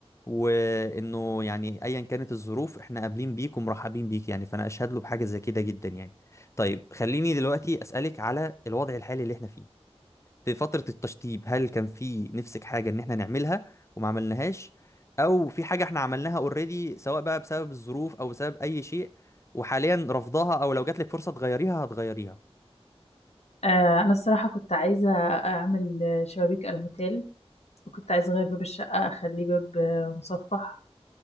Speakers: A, on the left; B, on the left.
A: وانه يعني ايا كانت الظروف احنا قابلين بيك ومرحبين بيك يعني فانا اشهد له بحاجة زي كده جدا يعني طيب خليني دلوقتي اسألك على الوضع الحالي اللي احنا فيه في فترة التشطيب هل كان في نفسك حاجة ان احنا نعملها وما عملناهاش او في حاجة احنا عملناها اوريدي سواء بقى بسبب الظروف او بسبب اي شيء وحاليا رافضاها او لو جاتلك فرصة تغيريها هتغيريها
B: آه، أنا الصراحة كنت عايزة أعمل شبابيك الموتيل وكنت عايزة أغير باب الشقة أخليه باب آه، مصفح